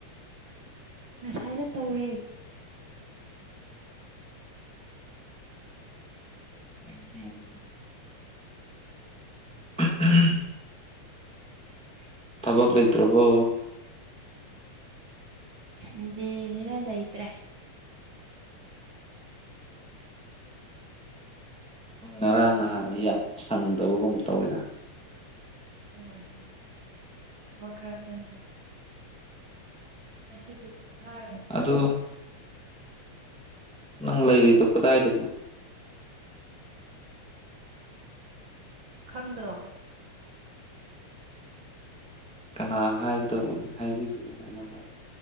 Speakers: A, on the right; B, in the centre.
A: ꯉꯁꯥꯏꯅ ꯇꯧꯔꯦ
B: <unintelligible> ꯎꯝ
A: <unintelligible>
B: ꯊꯕꯛ ꯂꯩꯇ꯭ꯔꯥꯕꯣ
A: ꯁꯟꯗꯦꯅꯤꯅ ꯂꯩꯇ꯭ꯔꯦ
B: ꯉꯔꯥꯡ ꯅꯍꯥꯟꯗꯤ ꯌꯥꯝ ꯁꯪꯗꯕꯒꯨꯝ ꯇꯧꯋꯦꯅꯦ
A: ꯎꯝ ꯊꯕꯛ ꯈꯔ ꯆꯤꯟꯕ ꯉꯁꯤꯗꯤ ꯄꯣꯊꯥꯔꯦ
B: ꯑꯗꯣ ꯅꯪ ꯂꯩꯔꯤꯗꯣ ꯀꯗꯥꯏꯗꯅꯣ
A: ꯈꯪꯗ꯭ꯔꯣ
B: ꯀꯅꯥ ꯍꯥꯏꯒꯗꯧꯕ ꯍꯥꯏꯕꯤꯒꯦꯅ ꯑꯩꯉꯣꯟꯗ